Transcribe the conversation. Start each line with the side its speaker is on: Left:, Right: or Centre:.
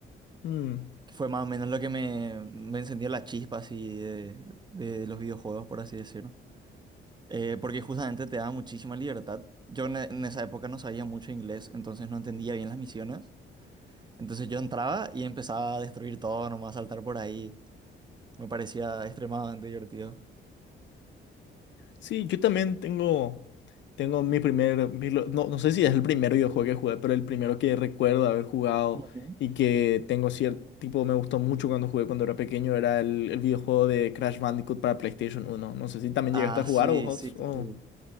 Left: Mm,
Right: que fue más o menos lo que me, me encendió la chispa así de, de los videojuegos, por así decirlo. Eh, porque justamente te da muchísima libertad. Yo en, en esa época no sabía mucho inglés, entonces no entendía bien las misiones. Entonces yo entraba y empezaba a destruir todo, nomás saltar por ahí. Me parecía extremadamente divertido.
Left: Sí, yo también tengo, tengo mi primer, mi lo- no, no sé si es el primer videojuego que jugué, pero el primero que recuerdo haber jugado
Right: Ujú.
Left: y que tengo cierto tipo, me gustó mucho cuando jugué cuando era pequeño, era el, el videojuego de Crash Bandicoot para PlayStation uno. No sé si también
Right: Ah,
Left: llegaste a jugar
Right: sí,
Left: o vos.
Right: sí,
Left: o-
Right: sí, sí.